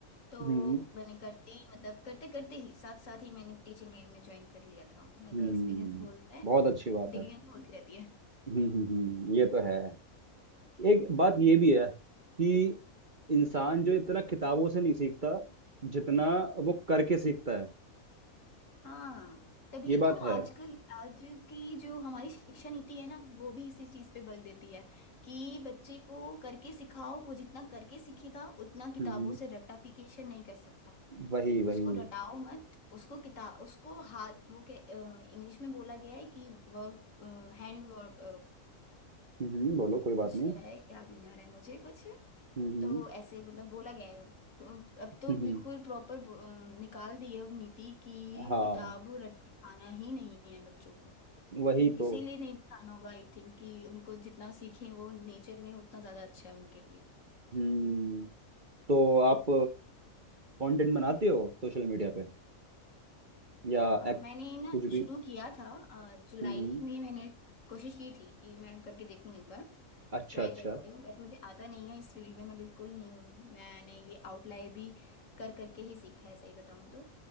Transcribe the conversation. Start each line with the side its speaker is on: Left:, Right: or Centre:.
Left: तो
Right: हम्म
Left: मैंने करते ही मतलब करते करते ही साथ साथ ही मैंने टीचिंग लाइन में ज्वाइन कर लिया था मेरे
Right: हम्म
Left: का एक्सपीरियंस बोलता है
Right: बहुत अच्छी बात
Left: डिग्रियां
Right: है
Left: तो होती रहती है
Right: हम्म हम्म हम्म, ये तो है एक बात ये भी है कि इंसान जो इतना किताबों से नहीं सीखता जितना वो करके सीखता है
Left: हाँ तभी
Right: ये बात
Left: तो
Right: है
Left: आजकल आज की जो हमारी शिक्षा नीति है ना वो भी इसी चीज़ पे बल देती है कि बच्चे को करके सिखाओ वो जितना करके सीखेगा उतना किताबों
Right: हम्म हम्म,
Left: से रट्टाफिकेशन नहीं कर सकता
Right: वही
Left: उसको
Right: वही
Left: रटाओ मत उसको किताब उसको हाथ वो के इंग्लिश में बोला गया है कि वर्क हैंड वर्क
Right: हम्म हम्म, बोलो कोई बात
Left: कुछ
Right: नहीं
Left: क्या है याद नहीं आ रहा है मुझे कुछ
Right: हम्म हम्म
Left: तो ऐसे मतलब बोला गया है तो अब
Right: हम्म,
Left: तो बिल्कुल
Right: हम्म,
Left: प्रॉपर निकाल दी है अब नीति कि
Right: हाँ
Left: किताब रट दिखाना ही नहीं है बच्चों को
Right: वही तो
Left: इसीलिए नहीं दिखाना होगा आई थिंक कि उनको जितना सीखें वो नेचर में उतना ज़्यादा अच्छा है उनके लिए
Right: हम्म तो आप कंटेंट बनाते हो सोशल मीडिया पे या
Left: अ,
Right: एक,
Left: मैंने ना
Right: कुछ भी
Left: शुरू किया था अ, जुलाई
Right: हम्म हम्म,
Left: में मैंने कोशिश की थी कि मैं करके देखूं एक बार
Right: अच्छा
Left: ट्राई
Right: अच्छा
Left: करती हूँ बट मुझे आता नहीं है इस फील्ड में मैं बिल्कुल नहीं हूँ मैंने ये आउटलायर भी कर करके ही सीखा है सही बताऊँ तो